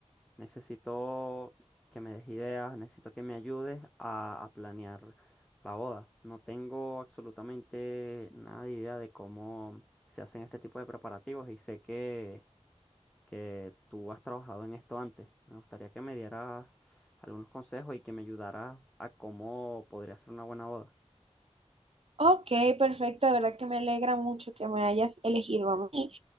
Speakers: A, in the centre; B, on the right (about 55°).
A: necesito que me des ideas, necesito que me ayudes a, a planear la boda. No tengo absolutamente nada de idea de cómo se hacen este tipo de preparativos y sé que que tú has trabajado en esto antes. Me gustaría que me dieras algunos consejos y que me ayudaras a cómo podría ser una buena boda.
B: Ok, perfecto, de verdad que me alegra mucho que me hayas elegido a mí